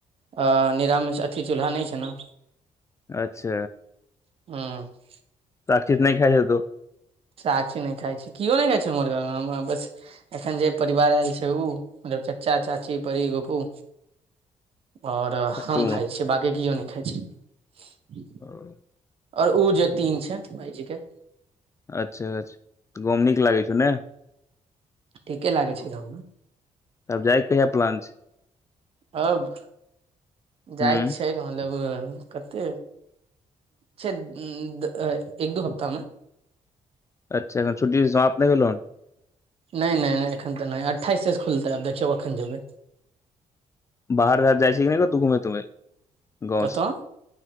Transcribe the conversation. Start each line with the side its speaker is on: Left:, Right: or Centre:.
Right: अ <unintelligible> अथी चूल्हा नै छै न
Left: अच्छ
Right: <unintelligible>
Left: साक्षी तऽ नै खाय छैथ ओ
Right: साक्षी नय खाइ छै किओ नय खाइ छै हमर घरमे हम बैस एखैन जे परिवार आयल छै उ मतलब चाचा चाची बरी फुफू आओर
Left: आ
Right: हम
Left: तू
Right: खाइ छियै बाकी कियो नय खाइ छै
Left: <inaudible>
Right: आओर उ जे तीन छै भायजी केँ
Left: अच्छऽ अच्छऽ गाँव मे नीक लागै छौ नय
Right: ठीके लागे छै गाँवमे
Left: तब जाय केँ कहियाँ प्लान छै
Right: अब जाइके
Left: हूँ
Right: छै मतलब कते छै <unintelligible> एक दू हप्ताहमे
Left: अच्छह एखन छुटी तऽ समाप्त नय भेला हँ
Right: नय नय नय एखन तऽ नय अठाइस सँ खुलतै आब देखियौ अखैन जेबै
Left: बाहर उहर जाइ छी कि नय कतहु घुमेै तुमे गाँवसँ
Right: कतऽ